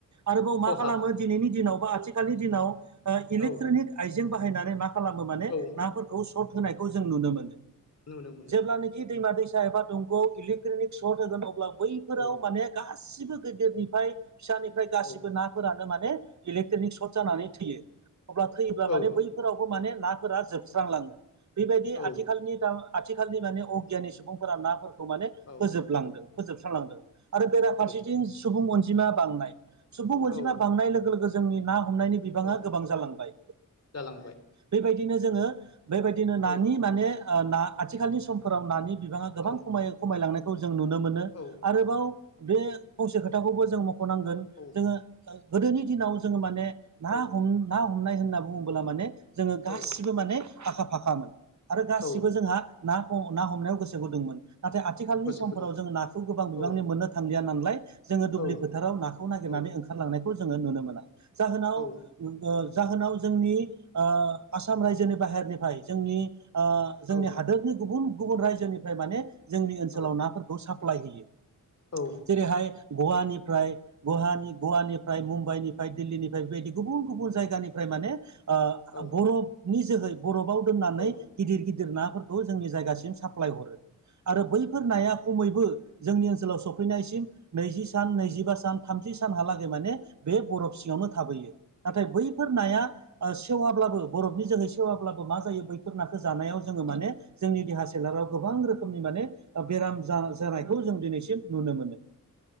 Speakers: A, on the right; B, on the left.
A: आरोबाव
B: खहा
A: मा खालामो। दिनैनि दिनाव बा आथिखालनि दिनाव ओ इलेकट्रनिक
B: औ
A: आइजें बाहायनानै मा खालामो माने
B: औ
A: नाफोरखौ सर्ट होनायखौ जों नुनो मोनो।
B: नुनो मोनो
A: जेब्लानिखि दैमा दैसा एबा दंग'आव इलेक्ट्रनिक सट होगोन अब्ला बैफोराव
B: औ
A: माने गास बैसोबो गेदेरनिफ्राय फिसानिफ्राय गासिबो
B: औ
A: नाफोरानो माने इलेक्ट्रनिक सर्ट जानानै थैयो। अब्ला थैयोब्ला
B: औ
A: माने बैफोरावबो माने नाफोरा जोबस्रांलाङो। बेबायदि
B: औ
A: आथिखालनि दा आथिखालनि माने अगियानि सुबुंफोरा नाफोर खौ माने
B: औ
A: फोजोबलांदों फोजोबस्रांलांदों। आरो बेराफारसेथिं
B: औ
A: सुबुं अनजिमा बांनाय सुबुं अनजिमा
B: औ
A: बांनाय लोगो लोगो जोंनि ना हमनायनि बिबाङा
B: औ
A: गोबां जालांबाय।
B: जालांबाय
A: बेबायदिनो जोङो बेबायदिनो
B: औ
A: नानि माने ओ ना आथिखालनि समफोराव नानि बिबाङा गोबां
B: औ
A: खमायो खमायलांनाय जों नुनो मोनो।
B: औ
A: आरोबाव बे फसे खोथाखौबो जों मख'नांगोन
B: औ
A: जोङो ओ गोदोनि दिनाव जोङो माने ना
B: औ
A: हम ना हमनाय होनना बुङोब्ला माने जोङो गासिबो
B: औ
A: माने आखा फाखामोन। आरो गासिबो
B: औ
A: जोंहा ना ह ना हमनायाव गोसो गुदुंमोन। नाथाय आथिखालनि
B: गोसो
A: समफोराव
B: गुदुं
A: जों नाखौ गोबां बिबांनि
B: औ
A: मोननो थांलिया। नालाय जोङो दुब्लि
B: औ
A: फोथाराव नाखौ नागिरनानै
B: औ
A: ओंखारलांनायखौ जोङो नुनो मोना। जाहोनाव ओ
B: औ
A: जाहोनाव जोंनि ओ आसाम रायजोनि बाहेरनिफ्राय जोंनि ओ जोंनि
B: औ
A: हादोरनि गुबुन गुबुन रायजोनिफ्राय माने जोंनि ओनसोलाव
B: औ
A: नाफोरखौ साफ प्लाय होयो।
B: औ
A: जेरैहाय गवानिफ्राय गहानि गवानि मु म्बाइनिफ्राय दिल्लिनिफ्राय बेबायदि गुबुन गुबुन जायगानिफ्राय माने ओ
B: औ
A: बर' नि जोहै बरफआव दोननानै
B: औ
A: गिदिर गिदिर नाफोरखौ जोंनि जायगासिम साप्लाय हरो। आरो बैफोर नाया खमैबो जोंनि ओनसोलाव सफैनायसिम नैजि सान नैजिबा सान थामजिब सानहालागै माने बे बरफ सिङावनो थाबोयो। नाथाय बैफोर नाया ओ सेवाब्लाबो बरफनि जोहै सेवाब्लाबो मा जायो बैफोर नाखौ जानायाव जोङो माने जोंनि देहा सोलेराव गोबां रोखोमनि माने ओ बेराम जा-जानायखौ जों दिनैसिम नुनो मोनो।